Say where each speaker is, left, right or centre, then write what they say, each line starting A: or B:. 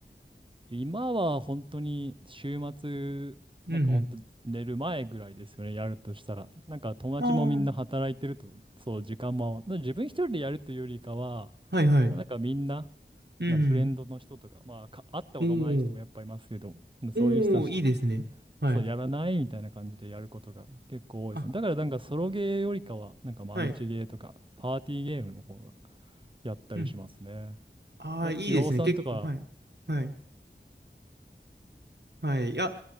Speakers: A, on the right; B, on the right.
A: 今は本当に週末、
B: うん
A: なんか本当寝る前ぐらいですよね、やるとしたら。なんか友達もみんな働いてると、
B: うん。あ
A: そう、時間も、な自分一人でやるというよりかは、
B: あ、はいはい。
A: なんかみんな、
B: うん
A: なフレンドの人とか、まあか、会ったこともない人もやっぱいますけど、
B: うん。
A: そういう人たちと、
B: おお、おお、いいですね。はい。
A: そう、やらないみたいな感じでやることが結構多いですね。
B: あ、
A: だからなんかソロゲーよりかは、なんかマルチゲーとか、
B: はい。
A: パーティーゲームの方がやったりしますね。
B: うん。ああ、
A: え、
B: いいですね。
A: 岩尾さんとか、
B: 結構、はい。はい。はい。いや、